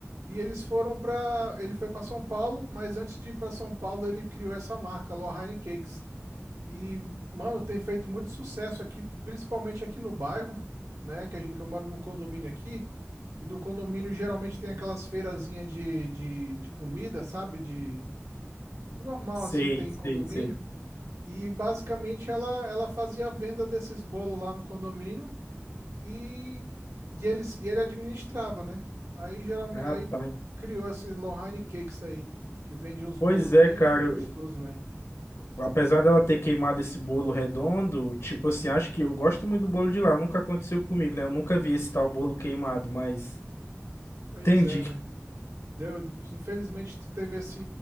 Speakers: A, on the right (about 80°); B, on the left (about 70°).
A: E eles foram pra. ele foi pra São Paulo, mas antes de ir pra São Paulo, ele criou essa marca, Lohane Cakes. E, mano, tem feito muito sucesso aqui, principalmente aqui no bairro, né? Que, a gente, que eu moro no condomínio aqui. E no condomínio geralmente tem aquelas feirazinhas de, de, de comida, sabe? De normal
B: Sei,
A: assim tem
B: sei,
A: condomínio
B: sei.
A: e basicamente ela ela fazia a venda desses bolos lá no condomínio e, e eles e ele administrava, né? Aí geralmente
B: Ah,
A: aí
B: tá.
A: criou esses Lohane Cakes aí que vende uns
B: Pois
A: bolos bem
B: é, cara.
A: gostosos,
B: eu-
A: velho.
B: Apesar dela ter queimado esse bolo redondo, tipo assim, acho que eu gosto muito do bolo de lá. Nunca aconteceu comigo, né? Eu nunca vi esse tal bolo queimado, mas.
A: Pois
B: Entendi.
A: é, velho. Deu, infelizmente teve esse,